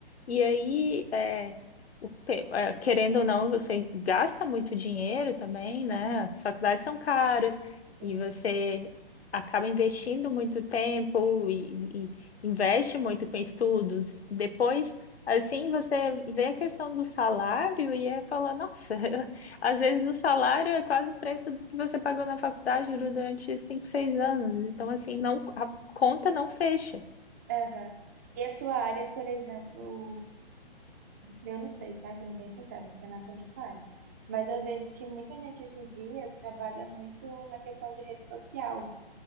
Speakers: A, on the left; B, on the right.
A: e aí, é, o te- é, querendo ou não, você gasta muito dinheiro também, né? As faculdades são caras
B: Sim.
A: e você acaba investindo muito tempo e, e investe muito com estudos. Depois, assim, você vê a questão do salário e aí fala, nossa, <laughs> Às vezes o salário é quase o preço do que você pagou na faculdade durante cinco, seis anos. Então, assim, não, a conta não fecha.
B: Aham. E a tua área, por exemplo? Eu não sei, tá? Sendo bem sincero, não sei nada sobre essa área. Mas eu vejo que muita gente hoje em dia trabalha muito na questão de rede social.